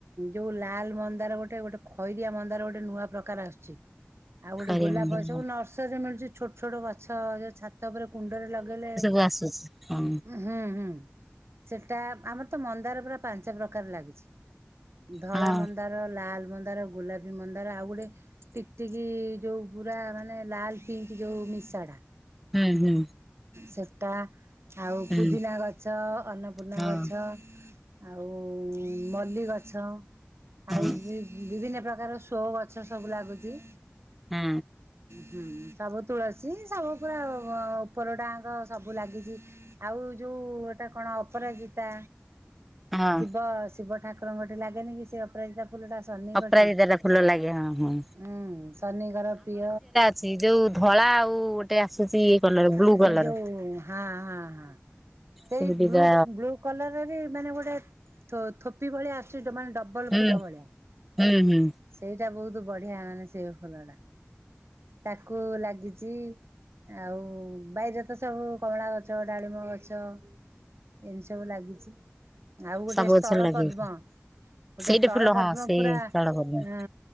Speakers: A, on the right; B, in the centre.
A: ଯୋଉ ଲାଲ ମନ୍ଦାର ଗୋଟେ ଗୋଟେ ଖଇରିଆ ମନ୍ଦାର ଗୋଟେ ନୂଆ ପ୍ରକାର ଆସୁଛି।
B: <unintelligible>
A: ଆଉ ଗୋଟେ ଗୋଲାପ
B: ମନ୍ଦିର
A: ସବୁ ନର୍ସରୀରେ ମିଳୁଛି ଛୋଟ ଛୋଟ ଗଛ ଯୋଉ ଛାତ ଉପରେ କୁଣ୍ଡରେ ଲଗେଇଲେ
B: ବାସୁଛି। ହଁ।
A: ହୁଁ ହୁଁ ସେଟା ଆମର ତ ମନ୍ଦାର ପୁରା ପାଞ୍ଚ ପ୍ରକାର ଲାଗିଛି। ଧଳା
B: ହଁ
A: ମନ୍ଦାର ଲାଲ ମନ୍ଦାର ଗୋଲାପୀ ମନ୍ଦାର ଆଉ ଗୋଟେ ଟିକଟିକି ଯୋଉ ପୁରା ମାନେ ଲାଲ ପିଙ୍କ ଯୋଉ ମିଶା ଟା।
B: ହୁଁ ହୁଁ
A: ସେଟା। ଆଉ
B: ହୁଁ
A: ପୁଦିନା ଗଛ ଅନ୍ନପୂର୍ଣ୍ଣା
B: ହଁ
A: ଗଛ ଆଉ। ଉଁ ମଲ୍ଲୀ ଗଛ
B: ହଁ
A: ଆଉ
B: ହୁଁ
A: ବି। ବିଭିନ୍ନ ପ୍ରକାର ସୋ ଗଛ ସବୁ ଲାଗୁଛି।
B: ହୁଁ।
A: ହୁଁ ସବୁ ତୁଳସୀ ସବୁ ପୁରା ଉପର ଟାଙ୍କ ସବୁ ଲାଗିଛି। ଆଉ ଯୋଉ ଏଟା କଣ ଅପରାଜିତା
B: ହଁ
A: ଶିବ ଶିବ ଠାକୁର। ଶିବଙ୍କଠି ଲାଗେନିକି ସେ ଅପରାଜିତା ଫୁଲଟା ଆସ। ଶନିଙ୍କଠି
B: ଅପରାଜିତା ଟା ଫୁଲ ଲାଗେ ହଁ ହଁ
A: ଉୁଁ ଶନିଙ୍କର ପ୍ରିୟ
B: ସେଇ ଯୋଉ ଧଳା ଆଉ। ଆସୁଛି ଇଏ କଲର
A: ଏବେ
B: ବ୍ଲୁ କଲର
A: ଯୋଉ ହାଁ ହାଁ ହାଁ ସେଇ
B: ସେ ଦିଟା
A: ବ୍ୁ ବ୍ୁ କଲରରେ ମାନେ ଗୋଟେ ଥୋ ଥୋପି ଭଳିଆ ଆସୁଛି ମାନେ ଡ ଅବନି
B: ହୁଁ
A: ଫୁଲ ଭଳିଆ।
B: ହୁଁ ହୁଁ
A: ସେଇଟା ବହୁତ ବଢିଆ ମାନେ ସେଇ ଫୁଲ ଟା ତାକୁ ଲାଗିଛି। ଆଉ ବାଇରେ ତ ସବୁ କମଳା ଗଛ ଡାଳିମ୍ବ ଗଛ ଏମିତି ସବୁ ଲାଗିଛି। ଆଉ ଗୋଟେ
B: ସବୁ
A: ସ୍ଥଳ
B: ଗଛରେ ଲାଗିବ
A: ପଦ୍ମ ଗୋଟେ
B: ସେଇଟା
A: ସ୍ଥଳ
B: ଫୁଲ
A: ପଦ୍ମ
B: ହଁ ସେଇ
A: ପୁରା ଅ।
B: ତଳ କଲମୀ